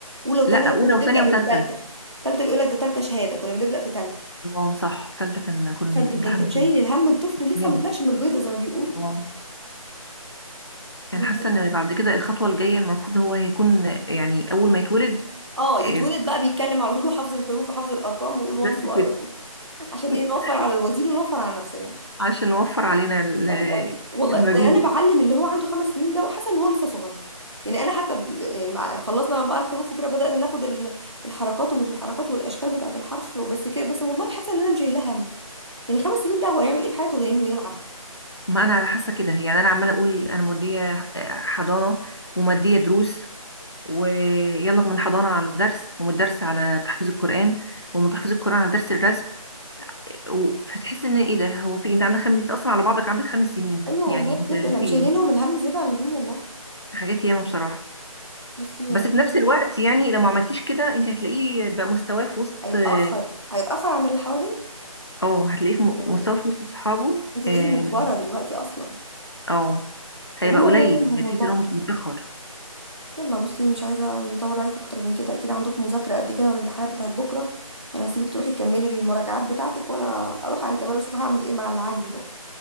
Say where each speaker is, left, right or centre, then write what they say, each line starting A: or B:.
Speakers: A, on the right; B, on the left.
A: اولى وتانية
B: لا اولى
A: كنا بنبدأ
B: وثانيه وثالثه
A: بالتالتة تالتة بيقول لك ده تالتة شهادة كنا بنبدأ في تالتة
B: اه صح ثالثه كان كل الامتحان
A: فانت ده انت مشايل
B: فيه
A: الهم الطفل لسه
B: شهاده
A: ما طلعش من البيضة زي ما بيقولوا
B: اه
A: متعب
B: انا حاسه ان بعد كده الخطوه الجايه المفروض هو هيكون يعني اول ما يتولد
A: اه
B: آه،
A: يتولد بقى بيتكلم على طول وحافظ الحروف وحافظ الارقام ويقول 1
B: بس
A: 2
B: كده
A: على طول عشان ايه
B: <laughs>
A: نوفر على الوزير ونوفر على نفسنا
B: عشان نوفر علينا ال-
A: لا بجد والله
B: المجهود
A: ده انا بعلم اللي هو عنده خمس سنين ده وحاسه ان هو لسه صغير يعني انا حتى بال- يعني مع خلصنا بقى الحروف وكده بدأنا ناخد ال- الحركات ومش الحركات والاشكال بتاعه الحرف وبس كده بس والله حاسه ان انا مش شايله هم يعني خمس سنين ده هو هيعمل ايه في حياته غير انه يلعب
B: ما انا حاسه كده يعني انا عماله اقول انا موديه آه، حضانه وماديه دروس ويلا من الحضانة على الدرس ومن الدرس على تحفيظ القرآن ومن تحفيظ القرآن على درس الرسم و- فتحس ان ايه ده هو في إيه؟ انت عندك خمس انت اصلا على بعضك عندك خمس سنين
A: ايوه
B: يعني
A: والله
B: انت
A: بجد انا مش
B: في ايه
A: شايلينهم الهم زياده عن اللزوم والله
B: حاجات ياما بصراحة
A: بصي
B: بس
A: يعني
B: في
A: حاسة
B: نفس الوقت يعني لو ما عملتيش كده انت هتلاقيه بقى مستواه في وسط
A: هيتاخر
B: اه
A: هيتاخر عن اللي حواليه
B: آه، هتلاقيه
A: انت
B: في م-
A: هتعملي
B: مستواه
A: ايه
B: في وسط اصحابه
A: انت بقيتي
B: اه
A: مجبره دلوقتي اصلا
B: آه، هيبقى
A: وهم
B: قليل
A: الله يعينهم
B: هتحسي
A: والله
B: ان هو متأخر
A: يلا بصي مش عايزة نطول عليك أكتر من كده أكيد عندك مذاكرة قد كده والامتحانات بتاعت بكرة أنا هسيبك تروحي تكملي المراجعات بتاعتك وأنا أروح أنا كمان أشوف هعمل إيه مع اللي عندي ده